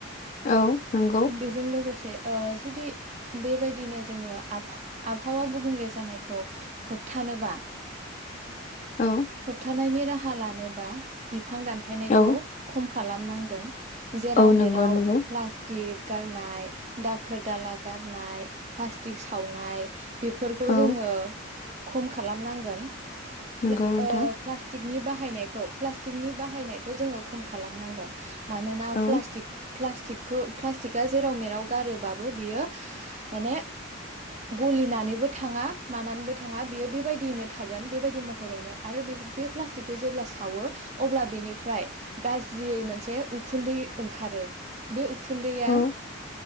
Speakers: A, on the left (about 35°); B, on the right (about 35°).
A: औ नंगौ
B: बेजों लोगोसे ओ जुदि बेबायदिनो जोङो आबफा -आबहावा गुबुंले जानायखौ होबथानोबा
A: औ
B: होबथानायनि राहा लानो बा बि <unintelligible> दानफायनायखौ
A: औ
B: खम खालामनांगोन। जेराव
A: औ
B: मेराव
A: नंगौ नंगौ
B: प्लास्टिक गारनाय दाखोर दाला गारनाय प्लास्टिक सावनाय बेफोरखौ
A: औ
B: जोङो खम खालामनांगोन। प्ला
A: नंगौ नोंथां
B: ओ प्लासथिक बाहायनायखौ प्लासटिकनि बाहायनायखौ जोङो खम खालामनांगोन मानोना
A: औ
B: प्लास्टिक प्लास्टिकखौ प्लास्टिकआ जेराव मेराव गारोबाबो बियो माने गलिनानैबो थाङा मानानैबो थाङा बियो बेबायदियैनो बेबायदि महरैनो आरो बे बे प्लासटिकखौ जेब्ला सावो अब्ला बेनिफ्राय गाज्रियै मोनसे उखुन्दै ओंखारो बे उखुन्दैया
A: औ